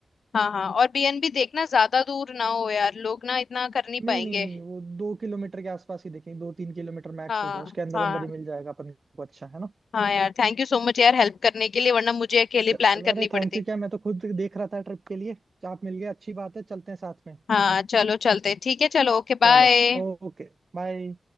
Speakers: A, on the left (about 80°); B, on the right (about 45°).
A: हाँ हाँ और बीएनबी देखना ज्यादा दूर ना हो यार लोग ना इतना कर नहीं
B: नहीं
A: पाएंगे
B: नहीं नहीं वो दो किलोमीटर के आसपास ही देखेंगे दो तीन किलोमीटर मैक्स
A: हाँ
B: होगा उसके अंदर
A: हाँ
B: अंदर ही मिल जाएगा अपन को अच्छा है ना
A: हाँ यार थैंक यू सो मच यार हेल्प करने के लिए वरना मुझे अकेले
B: चलो
A: प्लान करनी
B: अरे थैंक
A: पड़ती
B: यू क्या मैं तो खुद देख रहा था ट्रिप के लिए आप मिल गए अच्छी बात है चलते हैं साथ में
A: हाँ चलो चलते ठीक है चलो ओके
B: चलो
A: बाय
B: ओके बाय